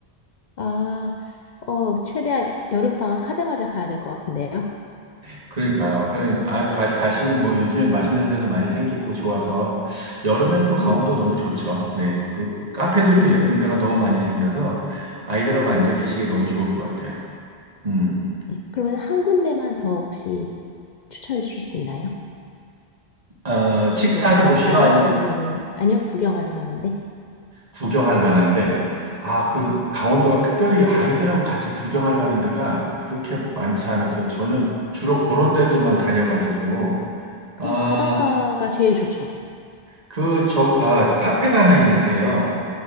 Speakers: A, on the left (about 55°); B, on the right (about 40°).
A: 아, 어, 최대한 여름 방학 하자마자 가야 될 것 같은데요?
B: <laughs> 그러니까요. 그러니 아 가, 가시면 뭐 요즘엔 맛있는 데도 많이 생기고 좋아서 여름엔 또
A: 네,
B: 강원도 너무 좋죠. 네. 그 카페들도
A: 네,
B: 예쁜 데가 너무 많이 생겨서 아이들하고
A: 네,
B: 앉아 계시기 너무 좋을 것 같아요. 음.
A: 네. 그러면 한 군데만 더 혹시 추천해 주실 수 있나요?
B: 어, 식사하는
A: 네, 뭐 바닷가나
B: 곳이요? 아니면
A: 아니면은, 아니요, 구경할 만한데?
B: 구경할 만한데 아 그
A: 네.
B: 강원도가 특별히 아이들하고 같이 구경할 만한 데가 그렇게 많지 않아서 저는 주로 그런 데들만 다녀가지고
A: 그냥, 그냥
B: 아,
A: 바닷가가 제일 좋죠.
B: 그, 저, 아, 카페가 하나 있는데요.